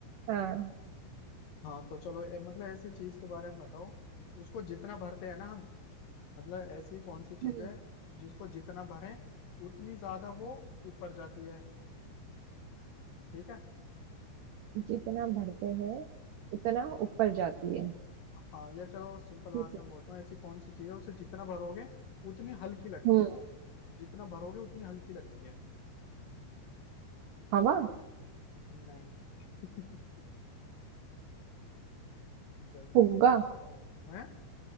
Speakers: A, on the right; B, on the left.
A: हाँ
B: हाँ तो चलो ए, मतलब ऐसी चीज के बारे में बताओ उसको जितना भरते हैं ना हम मतलब ऐसी कौन सी चीज
A: हम्म।
B: है जिसको जितना भरें उतनी ज्यादा वो ऊपर जाती है ठीक है
A: जितना भरते हैं उतना ऊपर जाती है
B: हाँ या चलो सिंपल भाषा
A: ठीक है
B: में बोलता हूँ ऐसी कौन सी चीज है उसे जितना भरोगे उतनी हल्की लगती
A: हम्म
B: है वो जितना भरोगे उतनी हल्की लगती है
A: हवा
B: नहीं <laughs> जल्दी
A: फुग्गा
B: से बताओ हैं